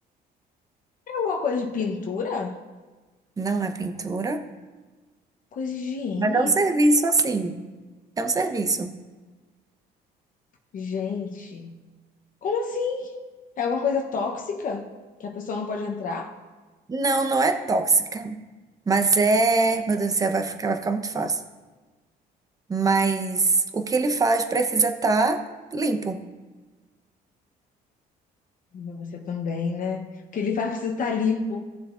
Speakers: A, on the left; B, on the right.
A: É alguma coisa de pintura?
B: Não é pintura,
A: Coisa de higiene?
B: mas é um serviço assim. É um serviço.
A: Gente, como assim? É alguma coisa tóxica que a pessoa não pode entrar?
B: Não, não é tóxica, mas é. Meu Deus do céu, vai ficar, vai ficar muito fácil. Mas o que ele faz precisa estar limpo.
A: Mas Você também, né? Porque ele vai precisar estar limpo.